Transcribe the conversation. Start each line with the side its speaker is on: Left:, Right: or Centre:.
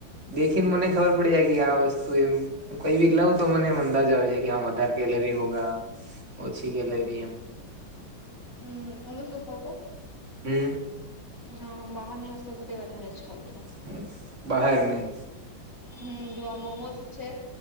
Right: દેખીને મને ખબર પડી જાય કે આ વસ્તુ તો એમ કઈ બી લઉં તો મને એમ અંદાજ આવે જાય કે આ વધારે કેલરી હોગા. ઓછી કેલેરી એમ.
Left: હમ્મ હું તો શું ખઉં કહુ.
Right: હમ્મ.
Left: ને હું બહારની વસ્તુ તો કઈ વધારે જ ખઉ છું.
Right: હમ્મ બહારનું
Left: હમ્મ, જો આ મોમોસ છે